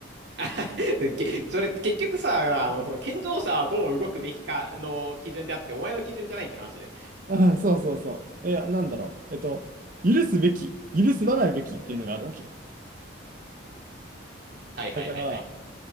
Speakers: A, on the right (about 60°); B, on the right (about 45°).
A: <laughs> けそれ結局さ、あの、
B: うん
A: その健常者はどう動くべきかの基準であって、お前の基準じゃないって話ね。
B: うん、<laughs> そうそうそう。え、なんだろう。えっと、許すべき、許すばないべきっていうのがあるわけ。
A: はいはいはいはい。
B: だから、